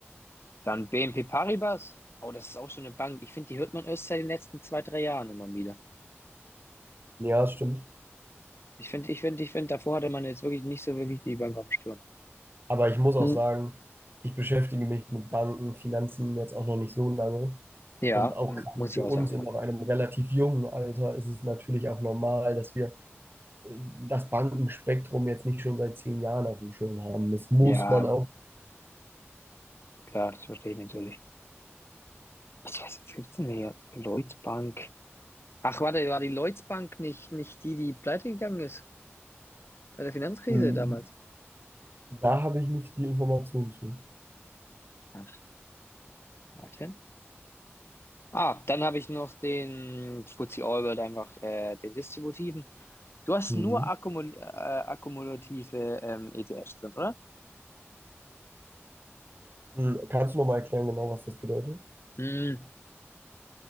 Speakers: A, on the left; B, on the right.
A: Dann BNP Paribas. Oh, das ist auch so eine Bank. Ich finde, die hört man erst seit den letzten zwei, drei Jahren immer wieder.
B: Ja, das stimmt.
A: Ich finde, ich finde, ich finde, davor hatte man jetzt wirklich nicht so wirklich die Bank auf dem Schirm.
B: Aber ich muss auch
A: Hm.
B: sagen, ich beschäftige mich mit Banken, Finanzen jetzt auch noch nicht so lange.
A: Ja,
B: Und auch
A: hm,
B: gerade
A: muss
B: für
A: ich auch
B: uns
A: sagen, ja.
B: in noch einem relativ jungen Alter ist es natürlich auch normal, dass wir äh, das Bankenspektrum jetzt nicht schon seit zehn Jahren auf dem Schirm haben. Das muss
A: Ja,
B: man auch.
A: klar, das verstehe ich natürlich. Was, was, was gibt's denn hier? Lloyds Bank. Ach, warte, war die Lloyds Bank nicht, nicht die, die pleite gegangen ist bei der Finanzkrise
B: Mhm.
A: damals?
B: Da habe ich nicht die Information zu.
A: Ach, warte. Ah, dann habe ich noch den FTSE All-World einfach, äh, den distributiven. Du hast
B: Mhm.
A: nur Akkumul äh, akkumulative ähm, ETFs drin, oder?
B: Mhm. Kannst du nochmal erklären, genau, was das bedeutet?
A: Hm.